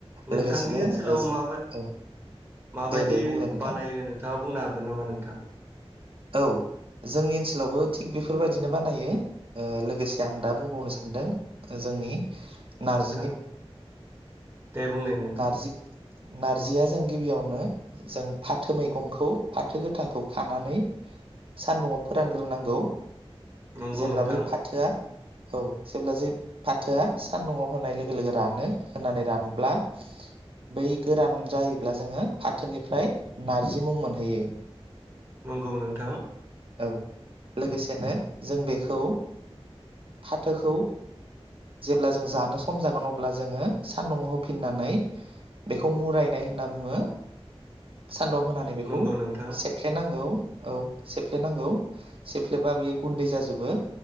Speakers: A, on the right; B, on the right.
A: नोंथांनि
B: लोगोसेनो
A: ओनसोलाव
B: ओ
A: अ माबा
B: औ
A: माबायदि
B: दे दे बुंलाय नोंथां
A: बानायो नोंथाङा बुंनो हागोन नामा नोंथां?
B: औ जोंनि ओनसोलावबो थिग बेफोरबायदिनो बानायो ओ लोगोसे आं दा बुंबावनो सानदों। जोंनि नार
A: थां दे बुंनाय नोंथां।
B: नारजि नारजिया जों गिबियावनो जों फाथो मैगंखौ फाथो गोथांखौ खानानै सानदुंआव फोरानग्रोनांगौ।
A: नंगौ
B: जेब्ला
A: नोंथां
B: बै फाथोआ औ जेब्ला जे फाथोआ सानदुंङआव होनाय लोगो लोगो रानो होनानै रानब्ला बै गोरान जायोब्ला जोङो फाथोनिफ्राय नारजि मुं मोनहैयो।
A: गौ नोंथां।
B: औ लोगोसेनो जों बेखौ फाथोखौ जेब्ला जों जानो सम जागोन अब्ला जोङो सानदुङाव होफिननानै बेखौ मुरायनाय होनना बुङो। सान्दुं होनानै बेखौ
A: नंगौ नोंथां
B: सेबफ्लेनांगौ। औ। सेफ्लेनांगौ सेफ्लेबा बेयो गुन्दै जाजोबो।